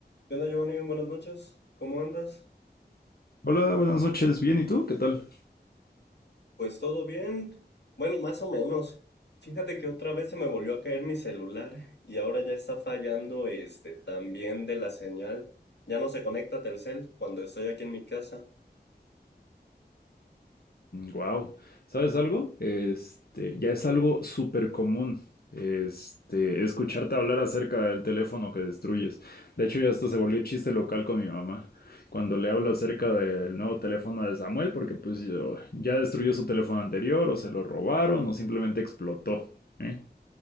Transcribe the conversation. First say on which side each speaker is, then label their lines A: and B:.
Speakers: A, on the left; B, on the left.
A: ¿Qué onda, Giovanni? Buenas noches. ¿Cómo andas?
B: Hola, buenas noches. Bien, ¿y tú? ¿Qué tal?
A: Pues todo bien. Bueno, más o menos. Fíjate que otra vez se me volvió a caer mi celular y ahora ya está fallando este también de la señal. Ya no se conecta Telcel cuando estoy aquí en mi casa.
B: wow. ¿Sabes algo? Este, ya es algo súper común. Este, escucharte hablar acerca del teléfono que destruyes. De hecho, ya hasta se volvió chiste local con mi mamá. Cuando le hablo acerca del nuevo teléfono de Samuel, porque pues yo- ya destruyó su teléfono anterior, o se lo robaron, o simplemente explotó. ¿Eh?